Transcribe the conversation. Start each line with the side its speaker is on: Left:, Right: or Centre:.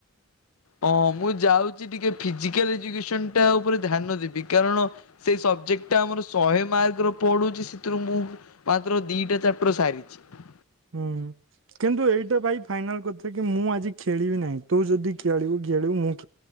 Left: ହଁ ମୁଁ ଯାଉ ଚି ଟିକେ ଫିଜିକାଲ ଏଯୁକେସନ୍ ଟା ଉପରେ ଧ୍ୟାନ ଦେବି କାରଣ ସେ ସବଜେକ୍ଟଟା ଆମର ଶହେ ମାର୍କର ପଡୁଛି ସେଥିରୁ ମୁଁ ମାତ୍ର ଦିଟା ଚାପ୍ଟର ସାରିଚି ।
Right: ହୁଁ କିନ୍ତୁ ଏଇଟା ଭାଇ ଫାଇନାଲ କଥା କି ମୁଁ ଆଜି ଖେଳିବି ନାହିଁ ତୁ ଯଦି ଖେଳିବୁ ଖେଳିବୁ ।